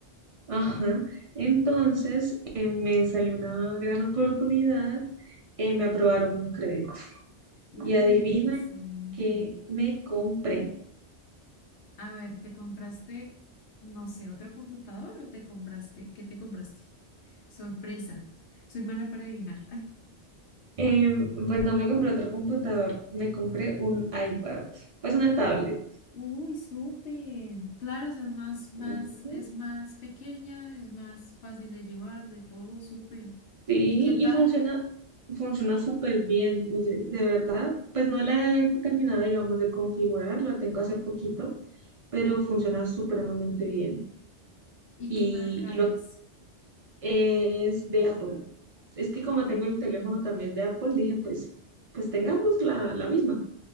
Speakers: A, on the right; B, on the left.
A: ajá, entonces eh, me salió una gran oportunidad, eh, me aprobaron un crédito.
B: Uy,
A: Y adivina
B: qué excelente.
A: que me compré.
B: A ver, ¿te compraste, no sé, otro computador o te compraste, qué te compraste? Sorpresa, soy mala para adivinar.
A: Eh, pues no me compré otro computador, me compré un iPad, pues una tablet.
B: Uy, súper. Claro, o sea, es más, más,
A: Mm,
B: es más pequeña, es más fácil de llevar, de todo, súper.
A: Sí,
B: ¿Y qué tal?
A: y funciona, funciona súper bien, oye, de verdad. Pues no la he terminado, digamos, de configurar, la tengo hace poquito, pero funciona supremamente bien.
B: ¿Y
A: Y,
B: qué marca
A: y lo
B: es?
A: es de Apple. Es que como
B: Uh,
A: tengo el teléfono también de Apple, dije, pues, pues tengamos la, la misma.